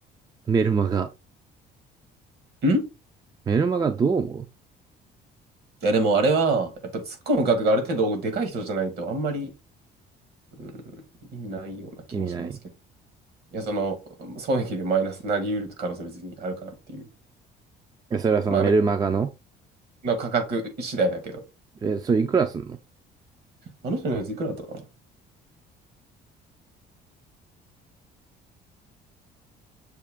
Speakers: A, on the right; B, on the right.
A: メルマガ。
B: んい
A: メルマガどう思う
B: や、でもあれは、やっぱ突っ込む額がある程度でかい人じゃないと、あんまり、うん、意味ないような気もしますけど。
A: 意味ない。
B: いや、その、損益でマイナスになり得る可能性は別にあるかなっていう。
A: え、それはそのメルマガの
B: まあ、メの価格次第だけど。
A: え、それいくらすんの
B: あの人のやついくらだったかな